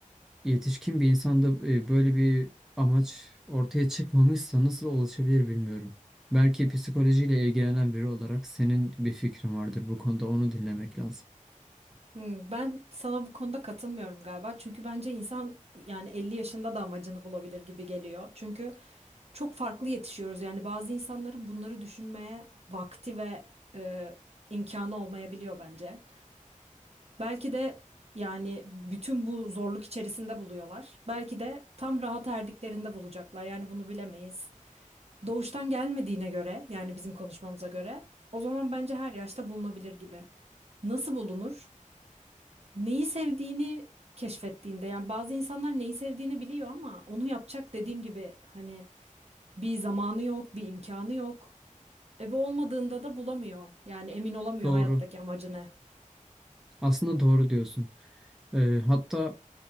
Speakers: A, in the centre; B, on the right.
A: yetişkin bir insanda e, böyle bir amaç ortaya çıkmamışsa nasıl ulaşabilir bilmiyorum. Belki psikolojiyle ilgilenen biri olarak senin bir fikrin vardır bu konuda onu dinlemek lazım.
B: Hmm, Ben sana bu konuda katılmıyorum galiba. Çünkü bence insan yani 50 yaşında da amacını bulabilir gibi geliyor. Çünkü çok farklı yetişiyoruz. Yani bazı insanların bunları düşünmeye vakti ve e, imkanı olmayabiliyor bence. Belki de yani bütün bu zorluk içerisinde buluyorlar. Belki de tam rahat erdiklerinde bulacaklar. Yani bunu bilemeyiz. Doğuştan gelmediğine göre yani bizim konuşmamıza göre o zaman bence her yaşta bulunabilir gibi. Nasıl bulunur? neyi sevdiğini keşfettiğinde yani bazı insanlar neyi sevdiğini biliyor ama onu yapacak dediğim gibi hani bir zamanı yok, bir imkanı yok. E bu olmadığında da bulamıyor. Yani emin olamıyor
A: Doğru.
B: hayattaki amacı ne.
A: Aslında doğru diyorsun. E, hatta